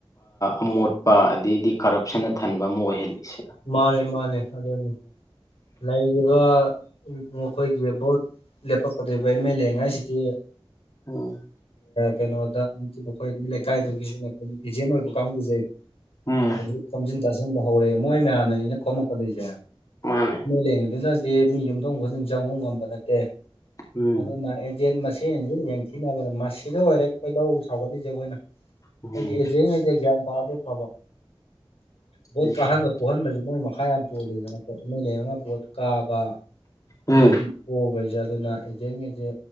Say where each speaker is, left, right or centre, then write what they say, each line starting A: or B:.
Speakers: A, on the left; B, on the left.
A: ꯑꯃꯣꯠꯄ ꯑꯗꯩꯗꯤ ꯀꯔꯞꯁꯟꯅ ꯊꯟꯕ ꯑꯃ ꯑꯣꯏꯍꯜꯂꯤꯁꯦ
B: ꯃꯥꯅꯦ ꯃꯥꯅꯦ ꯑꯗꯨꯗꯤ ꯂꯩꯔꯤꯕ ꯃꯈꯣꯏꯒꯤ ꯚꯣꯠ ꯂꯦꯄꯛ ꯀ ꯚ ꯃ <unintelligible> ꯑ‌ꯦꯃ‌ꯦꯂ‌ꯦꯉꯥꯏ ꯁꯤꯗꯤ
A: ꯎꯝ
B: ꯀꯩꯅꯣꯗ ꯑꯗꯨꯒꯤ ꯃꯈꯣꯏ ꯂꯩꯀꯥꯏꯗꯒꯤꯁꯨꯅꯩꯅ <unintelligible> ꯑꯦꯖꯦꯟ ꯑꯣꯏꯕ ꯀꯥꯡꯕꯨꯖꯩ
A: ꯎꯝ
B: ꯍꯧꯖꯤꯛ ꯈꯣꯝꯖꯤꯟ ꯇꯥꯁꯤꯟꯕ ꯍꯧꯔꯛꯑꯦ ꯃꯣꯏ ꯃꯌꯥꯝꯅ ꯅꯅꯤꯅ‌ꯦ ꯈꯣꯝꯃꯛꯀꯗꯣꯏꯁꯦ
A: ꯃꯥꯅꯦ
B: ꯂꯉꯤꯗꯨꯅꯗꯤ <unintelligible> ꯃꯤ ꯌꯨꯝꯊꯣꯡ ꯈꯨꯗꯤꯡ ꯆꯪꯉꯨ ꯉꯝꯕ ꯅꯠꯇꯦ
A: ꯎꯝ
B: ꯑꯗꯨꯅ ꯑꯦꯖꯦꯟ ꯃꯁꯦꯟꯁꯤ ꯌꯦꯡꯊꯤꯅꯕꯗ ꯃꯁꯤꯗ ꯑꯣꯏꯔꯦ ꯈꯣꯏꯗꯧ ꯁꯥꯎꯒꯠꯂꯤꯁꯦ ꯑꯩꯈꯣꯏꯅ
A: ꯎꯝ
B: ꯍꯥꯏꯗꯤ ꯑꯦꯖꯦꯟ ꯒꯩꯖ‌ꯦ ꯒ꯭ꯌꯥꯟ ꯇꯥꯔꯗꯤ ꯐꯕ ꯕꯣꯠ
A: ꯎꯝ
B: ꯀꯥꯍꯟꯕ ꯄꯣꯛꯍꯟꯕꯁꯤ ꯃꫭꯏ ꯃꯈꯥ ꯌꯥꯝ ꯄꯣꯜꯂꯤꯗꯅꯀꫭ ꯑ‌ꯦꯃ‌ꯦꯂ‌ꯦ ꯑꯃ ꯕꯣꯠ ꯀꯥꯕ
A: ꯎꯝ
B: ꯑꯗꯨꯗꯒꯤ ꯄꫭꯕꯁꯦ ꯑꯗꯨꯅ ꯑꯦꯖꯦꯟꯒꯩꯁꯦ